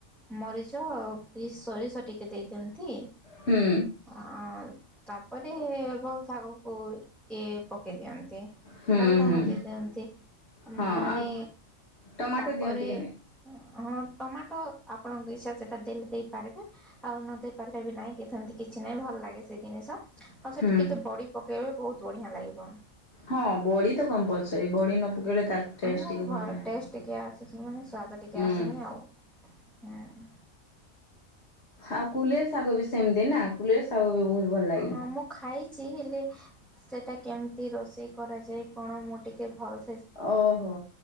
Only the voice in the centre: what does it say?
ମରିଚ ଆଉ ପି ସୋରିଷ। ତ ଟିକେ ଦେଇଦିଅନ୍ତି।
ହ ତାପରେ ଭଲ ଶାଗକୁ ଇଏ ପକେଇ ଦିଅନ୍ତି।
ଆଉ ଲୁଣ
ଦେଇ ଦିଅନ୍ତି
ମାନେ
ତାପରେ
ହଁ ଟମାଟୋ ଆପଣଙ୍କ ଇଛା। ସେଇଟା ଦେଲେ ଦେଇପାରିବେ ଆଉ ନ ଦେଇ ପାରିଲେ ବି ନାହିଁ କି ସେମିତି କିଛି ନାହିଁ ଭଲ ଲାଗେ ସେ ଜିନିଷ। ଆଉ ସେଠି
ଟିକେ ବଡ଼ି ପକେଇବେ ବହୁତ ବଢ଼ିଆ ଲାଗିବ। କ
ଆ
ଭଲ
ଟେଷ୍ଟ ଟିକେ ଆସିଛି ମାନେ ସ୍ଵାଦ ଟିକେ
ଆସିନି ଆଉ ହଁ।
ହଁ ମୁଁ ଖାଇଛି ହେଲେ ସେଟା କେମତି ତି ରୋଷେଇ କରାଯାଏ କଣ ମୁଁ ଟିକେ ଭଲ